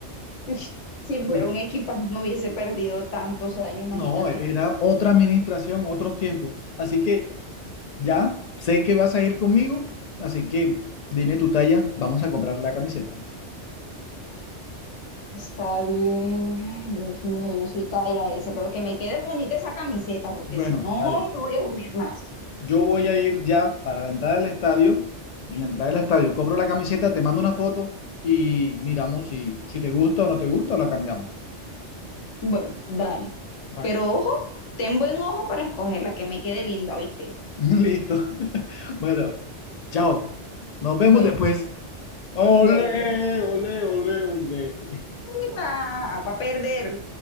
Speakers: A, on the left; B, on the left.
A: <laughs> si fuera
B: Bueno,
A: un equipo no hubiese perdido tantos años,
B: No,
A: imagínate.
B: era otra administración, otros tiempos. Así que ya sé que vas a ir conmigo, así que dime tu talla, vamos a comprar la camiseta.
A: Está bien. Ay, Dios mío, yo soy talla S, pero que me quede bonita esa camiseta, porque
B: Bueno,
A: si no
B: dale.
A: me voy a aburrir más.
B: Yo voy a ir ya para la entrada del estadio. Y en la entrada del estadio compro la camiseta, te mando una foto y miramos si, si te gusta o no te gusta o la cambiamos.
A: Bueno, dale.
B: Bueno,
A: Pero ojo, ten buen ojo para escogerla, que me quede linda, ¿oíste?
B: <laughs> listo. <laughs> Bueno, chao. Nos vemos
A: Bueno,
B: después. Olé,
A: bueno, pues.
B: olé, olé, olé.
A: Mira, va a perder.